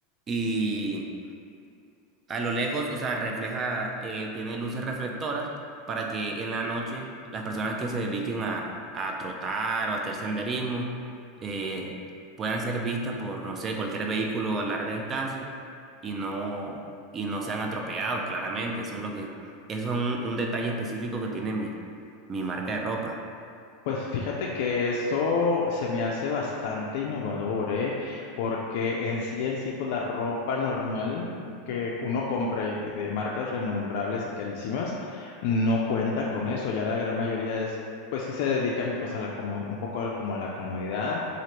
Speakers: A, on the right; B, on the left.
A: y a lo lejos, o sea, refleja, eh, tiene luces reflectoras para que en la noche las personas que se dediquen a, a trotar o a hacer senderismo eh, puedan ser vistas por, no sé, cualquier vehículo a larga distancia y no, y no sean atropellados, claramente. Eso es lo que, eso es un, un detalle específico que tiene mi, mi marca de ropa.
B: Pues fíjate que esto se me hace bastante innovador, ¿eh? Porque en sí, en sí, pues la ropa normal que uno compra y de marcas renombrables y carísimas no cuentan con eso. Ya la gran mayoría es, pues sí se dedican pues a la como un poco al- como a la comodidad,